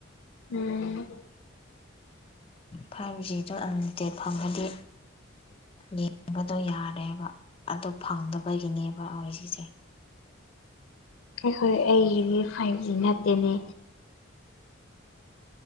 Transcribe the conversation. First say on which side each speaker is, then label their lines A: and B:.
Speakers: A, on the left (about 85°); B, on the left (about 30°).
A: ꯎꯝ
B: ꯐꯥꯏꯚ ꯖꯤꯗꯣ ꯑꯟꯂꯤꯃꯤꯇꯦꯠ ꯐꯪꯒꯗꯤ ꯌꯦꯡꯕꯗꯣ ꯌꯥꯔꯦꯕ ꯑꯗꯨ ꯐꯪꯗꯕꯒꯤꯅꯦꯕ ꯑꯔ ꯁꯤꯁꯦ
A: ꯑꯩꯈꯣꯏ ꯑꯩꯒꯤꯗꯤ ꯐꯥꯏꯚ ꯖꯤ ꯅꯠꯇꯦꯅꯦ